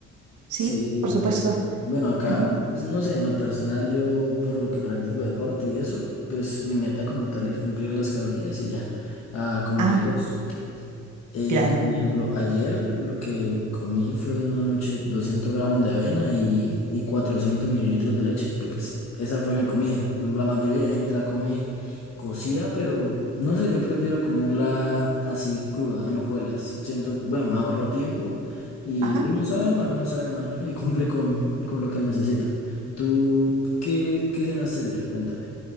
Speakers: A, on the right; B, on the left.
A: sí,
B: Sí,
A: por
B: pues.
A: supuesto.
B: Bueno, acá,
A: Ajá.
B: pues, no sé, en lo personal, yo por lo que practico deporte y eso, pues mi meta como tal es cumplir las calorías y ya. Ah, como
A: Ah,
B: de puesto. Eh,
A: claro.
B: por ejemplo, ayer lo que comí fue en la noche 200 gramos de avena y, y 400 mililitros de leche. Pe- Pues esa fue mi comida. La mayoría de gente la come cocida, pero no sé, yo prefiero comerla así cruda, en hojuelas. Siento, bueno, me ahorro tiempo y,
A: Ajá.
B: y no sabe mal, no sabe mal y cumple con, con lo que necesito. ¿Tú qué, qué cenaste ayer? Cuéntame.